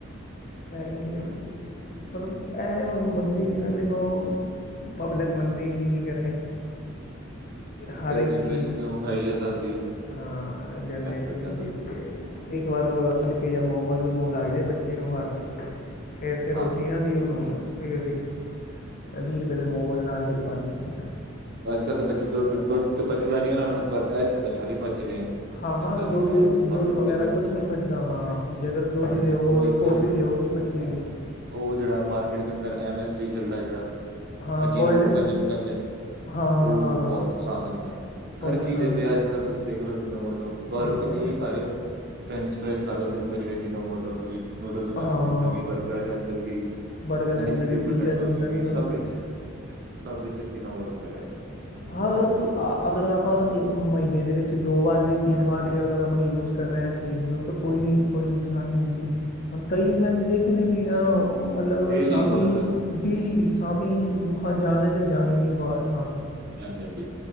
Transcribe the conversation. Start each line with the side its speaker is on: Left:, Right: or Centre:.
Left: ਪਰ ਐ ਹੁਣ ਮੰਨਦੀ ਨੀ ਨਾ ਦੇਖੋ ਪਬਲਿਕ ਮੰਨਦੀ ਨੀ ਕੀ ਕਰੇ।
Right: ਜਿਹੜੀ
Left: ਹਰ ਇੱਕ
Right: ਜਨਰੇਸ਼ਨ
Left: ਚੀਜ਼,
Right: ਹੈ ਉਹ ਹੈ ਜਾਂ ਦਾਦੀ
Left: ਅਹ ਜਨਏਸ਼ਨੀ
Right: ਕਰ ਸਕਦਾ ਇਹਨਾਂ
Left: ਜਰੀਏ
Right: ਨੂੰ
Left: ਇੱਕ ਵਾਰ ਰਲ ਕੇ ਜਦ ਮੋਮੋ ਦੇ ਮੂੰਹ ਲੱਗ ਜਾਏ ਬੱਚੇ ਨੂੰ ਬਸ। ਫੇਰ 'ਤੇ ਰੋਟੀ
Right: ਹਾਂਜੀ
Left: ਨਾ ਦਿਓ ਉਹਨੂੰ ਸਵੇਰ ਦੀ, ਵੀਹ ਰੁਪਏ ਦੇ ਮੋਮਜ਼ ਨਾਲ ਟਿਕ ਪਾਨੇ ਆ ਤੇ
Right: ਅੱਜ-ਕੱਲ ਦੇ ਬੱਚੇ ਦੁਧ- ਦੁੱਧ ਤੇ ਪਚਦਾ ਨੀ ਉਹਨਾਂ ਨੂੰ, ਪਰ ਇਹ ਚੀਜ਼ਾਂ ਸਾਰੀ ਪਚ ਜਾਂਦੀਆਂ।
Left: ਹਾਂ-ਹਾਂ
Right: ਏਦਾਂ
Left: ਦੁੱਧ-ਦੁੱਧ
Right: ਦੀਆਂ ਆਲਤੂ ਫਾਲਤੂ
Left: ਵਗੈਰਾ
Right: ਕਿੰਨੀ ਵੀ
Left: ਕੁਛ ਨੀ ਪਚਦਾ, ਹਾਂ ਜੇ ਅਗਰ ਦੁੱਧ
Right: ਹਾਂਜੀ
Left: ਦਿਓ,
Right: ਔਰ ਇੱਕ
Left: ਕੌਫੀ
Right: ਉਹ
Left: ਦਿਓ ਨੀ ਪ ਚੇ ਗੀ।
Right: ਉਹ ਜਿਹੜਾ ਮਾਰਕੀਟ ਦੇ ਅੰਦਰ ਐਮ ਐਸ ਜੀ ਜਲਦਾ ਜਿਹੜਾ,
Left: ਹਾਂ
Right: ਅਜੀਨਾ
Left: ਕੋਲਡ
Right: ਮੋਟੋ
Left: ਡਰਿੰਕ
Right: ਜਿਹਨੂੰ ਕਹਿੰਦੇ
Left: ਹਾਂ
Right: ਉਹ
Left: ਹਾਂ ਹਾਂ
Right: ਬਹੁਤ
Left: ਹਾਂ
Right: ਨੁਕਸਾਨ ਦਿੰਦਾ ਐ।
Left: ਉਹ
Right: ਹਰ
Left: ਨੁਕਸਾਨ
Right: ਚੀਜ਼ ਵਿਚ
Left: ਦਿੰਦਾ
Right: ਐ ਅੱਜ-ਕੱਲ ਤੁਸੀਂ ਦੇਖ ਲੋ ਜੀਨੋ ਮੋਟੋ, ਬਾਹਰੋਂ
Left: ਉਹੀ
Right: ਕਿੱਥੇ
Left: ਤਾਂ
Right: ਵੀ ਖਾ ਰੇ ਓ ਫਰੈਂਚ ਫਰੈਸ ਖਾ ਰੇ ਓ ਦਿਨ ਭਰ ਜੀਨੋ ਮੋਟੋ ਤੁਸੀਂ ਨੂਡਲਸ ਖਾ
Left: ਹਾਂ
Right: ਰੇ ਉਦੇ ਅੰਦਰ ਵੀ ਬਰਗਰ ਦੇ ਅੰਦਰ ਵੀ
Left: ਬਰਗਰ ਦੇ
Right: ਹਨੀ
Left: ਅੰਦਰ
Right: ਚੀਲੀ
Left: ਵੀ ਪੀਜ਼ਾ
Right: ਪਟਾਟੋ
Left: ਦੇ ਅੰਦਰ
Right: 'ਚ ਵੀ ਸਭ ਵਿਚ, ਸਭ ਵਿਚ ਜੀਨੋ ਮੋਟੋ ਪੈ‌ ਰਿਹਾ।
Left: <inaudible> ਹਾਂ, ਅਗਰ ਤੁ ਅਗਰ ਆਪਾਂ ਇੱਕ ਮਹੀਨੇ ਦੇ ਵਿੱਚ ਦੋ ਵਾਰ ਵੀ, ਤਿੰਨ ਵਾਰ ਵੀ ਅਗਰ ਆਪਣੀ ਯੂਜ਼ ਕਰ ਰੇ ਆ ਚੀਜ਼ ਨੂੰ ਤਾਂ ਕੋਈ ਵੀ ਕੋਈ ਨੁਕਸਾਨ ਨੀ ਹੁੰਦੀ। ਹੁਣ, ਕਈ ਮੈਂਨੇ
Right: ਹਾਂਜੀ
Left: ਦੇਖੇ ਨੇ ਕਿ ਅ ਉ ਮਤਲਬ
Right: ਡੇਲੀ
Left: ਸ਼ਾਮੀ
Right: ਵਾਰ ਦਾ ਹਾਂਜੀ
Left: ਡੇਲੀ ਸ਼ਾਮੀ ਖਾ ਜਾਣਾ ਏ 'ਤੇ ਜਾਣਾ ਈ ਏ ਬਾਹਰ ਖਾਣ।
Right: ਹਾਂਜੀ-ਹਾਂਜੀ।